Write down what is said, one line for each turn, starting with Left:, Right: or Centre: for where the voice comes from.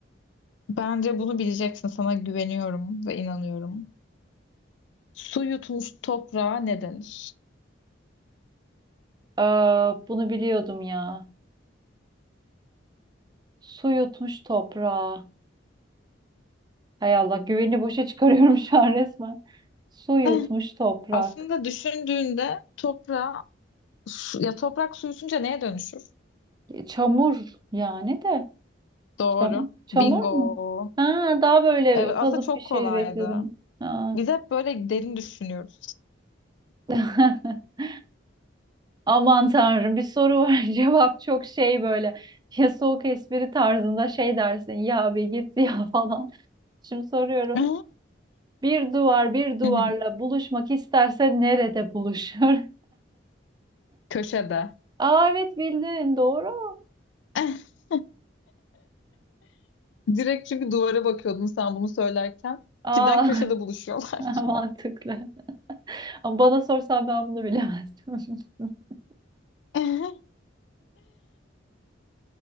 Left: Bence bunu bileceksin. Sana güveniyorum ve inanıyorum. Su yutmuş toprağa ne denir?
Right: Ee, bunu biliyordum ya. Su yutmuş toprağa. Hay Allah güveni boşa çıkarıyorum <laughs> şu an resmen. Su yutmuş
Left: <laughs>
Right: toprak.
Left: Aslında düşündüğünde toprağa su- ya toprak su yutunca neye dönüşür?
Right: E, Çamur yani de.
Left: Doğru.
Right: Çam çamur
Left: Bingo.
Right: mu? Ha, daha böyle
Left: Evet
Right: kalıp
Left: aslında çok
Right: bir şey
Left: kolaydı.
Right: bekledim. Ha,
Left: Biz hep böyle derin düşünüyoruz.
Right: <laughs> Aman tanrım bir soru var <laughs> cevap çok şey böyle ya soğuk espri tarzında şey dersin ya be git ya <laughs> falan. Şimdi soruyorum
Left: <laughs> Hı
Right: bir duvar bir duvarla
Left: hı.
Right: buluşmak isterse nerede buluşur?
Left: Köşede.
Right: <laughs> Aa evet bildin doğru.
Left: <laughs> Direkt çünkü duvara bakıyordum sen bunu söylerken.
Right: Aa
Left: Cidden köşede buluşuyorlar.
Right: <laughs> mantıklı. Ama bana sorsan ben bunu bilemezdim. <laughs>
Left: <laughs>